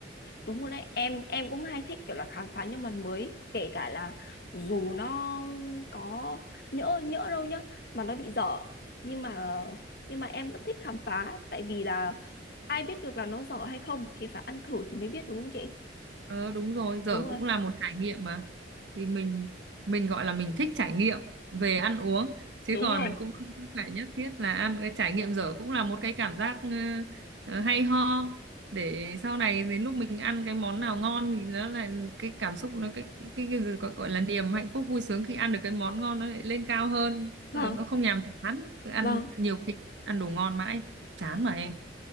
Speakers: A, on the left; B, on the right.
A: đúng rồi đấy em em cũng hay thích kiểu là khám phá những mặt mới kể cả là dù nó có nhỡ nhỡ đâu nhá mà nó bị dở nhưng mà nhưng mà em vẫn thích khám phá tại vì là ai biết được là nó dở hay không thì phải ăn thử thì mới biết đúng không chị
B: Ờ đúng rồi, dở
A: đúng rồi
B: cũng là một trải nghiệm mà. Thì mình mình gọi là mình thích trải nghiệm về ăn uống chứ
A: đúng
B: còn
A: rồi
B: cũng không phải nhất thiết là ăn cái trải nghiệm dở cũng là một cái cảm giác ờ, ờ, hay ho để sau này đến lúc mình ăn cái món nào ngon thì nó là cái cảm xúc nó cái cái cái, cái, gì gọi, gọi là niềm hạnh phúc vui sướng khi ăn được cái món ngon nó lại lên cao hơn.
A: vâng
B: Ờ, Nó không nhàm chán, Cứ ăn
A: vâng
B: nhiều khi ăn đồ ngon mãi chán mà em.